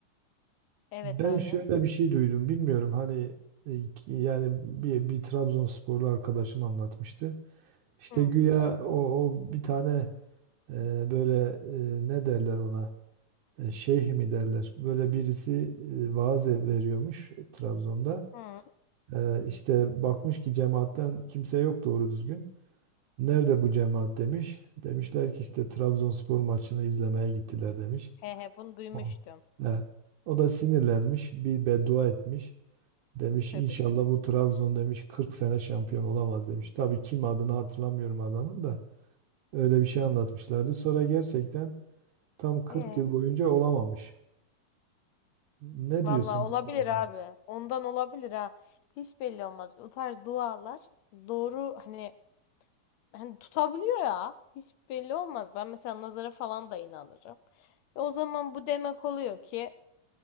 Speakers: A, on the left (about 75°); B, on the right (about 80°).
A: Evet
B: Ben
A: abi.
B: şöyle bir şey duydum. Bilmiyorum hani e, ki- yani bir, bir Trabzonsporlu arkadaşım anlatmıştı. İşte
A: Hı,
B: güya o, o bir tane e, böyle e, ne derler ona e, şeyh mi derler. Böyle birisi e, vaaz e, veriyormuş Trabzon'da.
A: hı.
B: E, işte bakmış ki cemaatten kimse yok doğru düzgün. Nerede bu cemaat demiş. Demişler ki işte Trabzonspor maçını izlemeye gittiler demiş.
A: He he bunu duymuştum.
B: Aa. E, o da sinirlenmiş bir beddua etmiş. Demiş
A: Tövbe
B: inşallah
A: tövbe.
B: bu Trabzon demiş 40 sene şampiyon olamaz demiş. Tabii kim adını hatırlamıyorum adamın da öyle bir şey anlatmışlardı. Sonra gerçekten tam 40
A: E,
B: yıl boyunca olamamış. Ne
A: vallahi
B: diyorsun
A: olabilir
B: bu konuda?
A: abi. Ondan olabilir ha. Hiç belli olmaz. O tarz dualar doğru hani hani tutabiliyor ya. Hiç belli olmaz. Ben mesela nazara falan da inanırım. E, o zaman bu demek oluyor ki